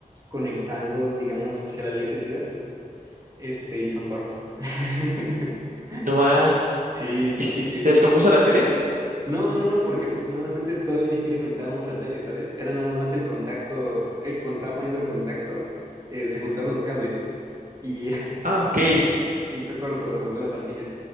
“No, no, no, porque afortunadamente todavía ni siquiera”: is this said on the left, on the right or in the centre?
Right